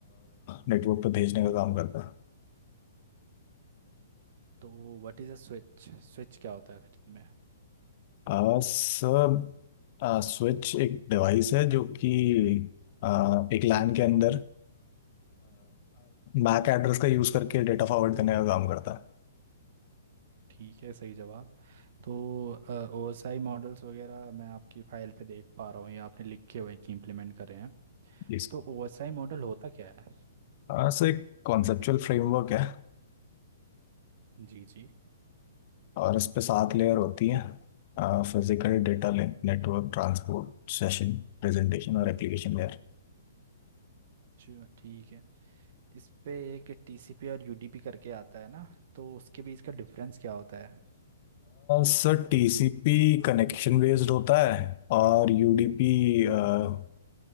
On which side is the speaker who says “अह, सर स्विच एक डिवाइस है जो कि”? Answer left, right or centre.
Left